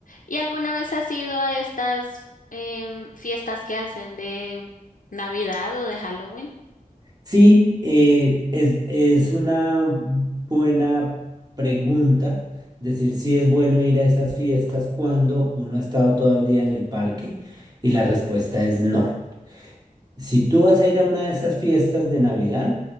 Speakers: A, on the left (about 70°); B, on the right (about 25°).
A: ¿Y alguna vez has ido a estas em, fiestas que hacen de Navidad o de Halloween?
B: Sí, eh, es, es una buena pregunta decir si es bueno ir a esas fiestas cuando uno ha estado todo el día en el parque y la respuesta es no. Si tú vas a ir a una de esas fiestas de Navidad,